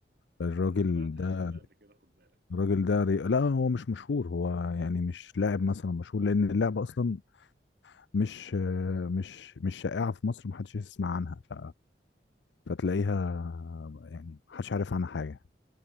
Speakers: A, on the left; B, on the right.
A: الراجل
B: انا سمعت الاسم
A: ده
B: ده قبل كده خد بالك
A: الراجل ده ري... لا هو مش مشهور هو يعني مش لاعب مثلا مشهور لان اللعبه اصلا مش مش مش شائعه في مصر محدش يسمع عنها ف... فتلاقيها يعني محدش عارف عنها حاجه